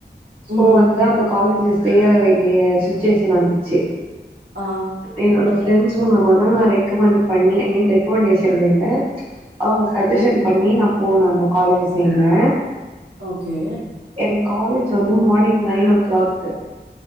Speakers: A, on the right (about 35°); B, on the right (about 75°).
A: சோ
B: ம்
A: வந்து அந்த காலேஜ் சேர வேண்டிய சூச்சுவேஷன் வந்துச்சு
B: ஆ
A: என்னோட ஃப்ரெண்ட்ஸ் மூலமாதா நா ரெக்கமெண்ட் பண்ணி ஐ மீன் ரெக்கமெண்டேஷன்ல இல்ல அவுங்க சஜஷன்
B: ம்
A: பண்ணி நா போனே அந்த காலேஜில சேந்த
B: ஓகே
A: எனக்கு காலேஜ் வந்து மானிங் நைன் ஓ கிளாக்கு